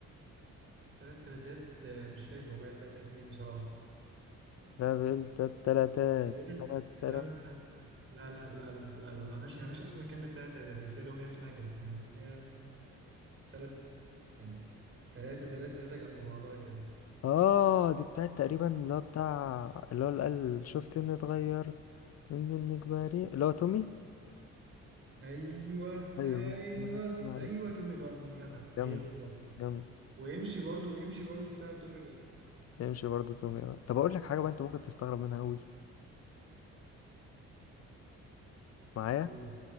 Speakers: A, on the right (about 45°); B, on the left (about 55°).
A: تلات تلاتات آه، مش فاكر والله بتاعت مين بصراحة
B: لا بقول تلات تلاتات
A: تقريبا
B: تلات
A: تقريبا
B: تلات
A: بتاعت- لا لا لا لا لا لا ما فيهاش ما فيهاش اصلا كلمة تلات تلاتات بس هي الأغنية اسمها كده يعني الأغنية تلات يعني تلاتة تلاتة تلاتة جنب بعضها كده
B: اه دي بتاعت تقريبا اللي هو بتاع اللي هو اللي قال شفت اني اتغيرت من انك بريء اللي هو تومي
A: أيوه
B: ايوه
A: أيوه
B: بس ما عرفتها
A: أيوه تومي جان جدع هي
B: جامد
A: بالظبط
B: جامد
A: وامشي برضو امشي برضو بتاعت تومي جان
B: يمشي برضه تومي آه. طب اقول لك حاجه بقى انت ممكن تستغرب منها قوي معايا
A: قول